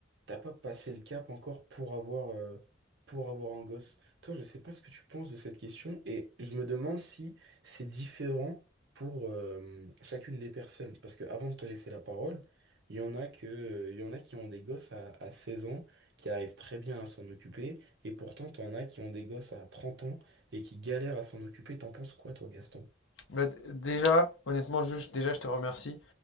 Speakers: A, on the right (about 65°); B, on the left (about 80°).
A: t'as pas passé le cap encore pour avoir, euh, pour avoir un gosse. Toi, je sais pas ce que tu penses de cette question et je me demande si c'est différent pour, euh, chacune des personnes. Parce que avant de te laisser la parole, il y en a que, euh, il y en a qui ont des gosses à, à 16 ans, qui arrivent très bien à s'en occuper et pourtant, t'en as qui ont des gosses à 30 ans et qui galèrent à s'en occuper. T'en penses quoi, toi, Gaston?
B: Bah, d- déjà, honnêtement, Jules, je- déjà, je te remercie.